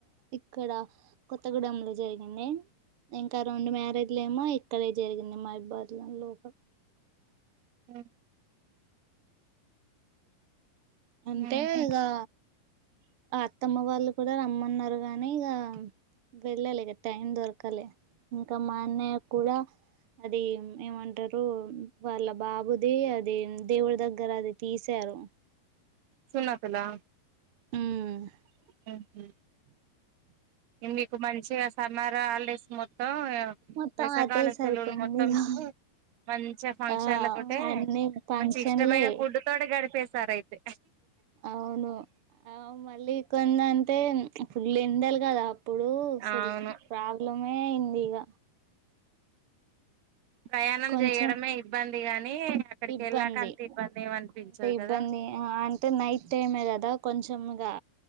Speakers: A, on the right; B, on the right.
A: ఇక్కడ కొత్తగూడెం లో జరిగింది ఇంకా రెండు మ్యారేజ్ లేమో ఇక్కడే జరిగింది మా బాజి గాణ్ణి లేపు
B: ఉ
A: అంతే
B: ఉహు
A: ఇగా ఆ అత్తమ్మ వాళ్ళు కూడా రమ్మన్నారు కగానీ ఇగ వెళ్ళలె టైం దొరకాలె ఇంకా మా అన్నయ్య కూడా అది ఏమంటారు వాళ్ళ బాబుది అది దేవుడి దగ్గర అది తీసారు
B: సున్నాతలా
A: ఉమ్
B: మ్ హు మ్ మీకు మంచిగా సమ్మర్ హాలిడేస్ మొత్తం
A: మొత్తం
B: వెసకాల
A: అదే సరిపోయింది
B: సెలవులు మొత్తం
A: ఇక
B: మికు మంచి ఫంక్షన్లతోే
A: ఆ అన్ని ఫంక్షన్లే
B: మంచి ఇష్టమైన ఫుడ్ తోటి గడిపేశారు అయితే
A: అవును ఆ మళ్ళీ కొంద అంటే ఫుల్ ఎండలు కదా ఇప్పుడు అసల్
B: అవును
A: ప్రాబ్లమే అయింది ఇక
B: ప్రయాణం
A: కొంచెం
B: చేయడమే ఇబ్బంది గాని అక్కడికి
A: ఇబ్బంది
B: వెళ్ళాక అంత ఇబ్బంది ఏమనిపించదు
A: అంటే ఇబ్బంది
B: కదా
A: ఆ అంటే నైట్ టైమే కదా కొంచెం గ